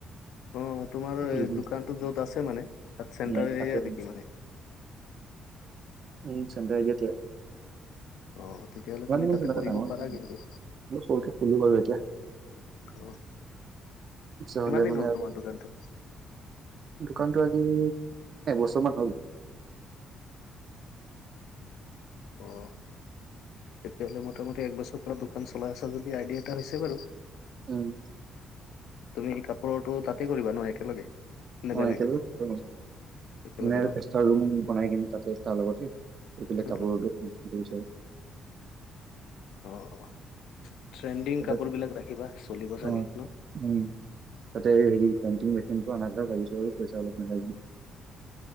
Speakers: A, on the left; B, on the right.
A: অ' তোমাৰো
B: খুলিম
A: দোকানতো যত আছে মানে, তাত চেণ্টাৰ
B: উম
A: এৰিয়া
B: তাতে
A: নেকি মানে?
B: উম, চেন্টাৰ <unintelligible>
A: <inaudible> আহ তেতিয়া হ'লে তুমি
B: মানে
A: তাতে
B: তেনেকুৱা
A: কৰিব
B: ডাঙৰ নহয়
A: পাৰা
B: আৰু
A: কিন্তু।
B: মই সৰুকে খুলো বাৰু এতিয়া
A: অ'।
B: পইছা
A: কিমান
B: হ'লে
A: দিন
B: মানে
A: হ'ল
B: আৰু
A: তোমাৰ দোকানটো
B: দোকানতো আজি এবছৰমান হ'ল।
A: অ, তেতিয়াহ'লে মোটামুটি একবছৰ পৰা দোকান চলাই আছা যদি আইডিয়া এটা হৈছে বাৰু।
B: উম।
A: তুমি কাপোৰৰটো তাতেই কৰিবা ন একেলগে? নে
B: অ,
A: বেলেগ
B: একেলগে কৰিম।
A: একেলগে
B: নে
A: ন
B: এক্সট্ৰা ৰুম বনাই কিনি তাতে তাৰ লগতে, বেলেগ
A: অ
B: কাপোৰৰ <unintelligible>
A: অ, অ, ট্ৰেণ্ডিং
B: তাতে
A: কাপোৰবিলাক ৰাখিবা চলিব
B: অ
A: চাগে ন?
B: উম, তাতে হেৰি পেণ্টিং মেচিনটো আনাৰ কথা ভাবিছো আৰু পইচা অলপ মিলাই কিনি।